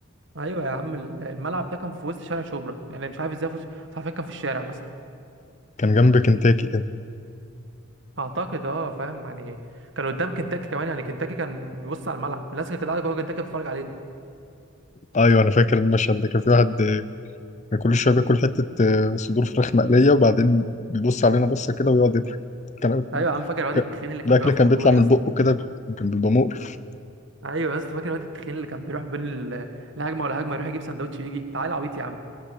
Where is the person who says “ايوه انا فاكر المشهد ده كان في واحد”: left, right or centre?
Left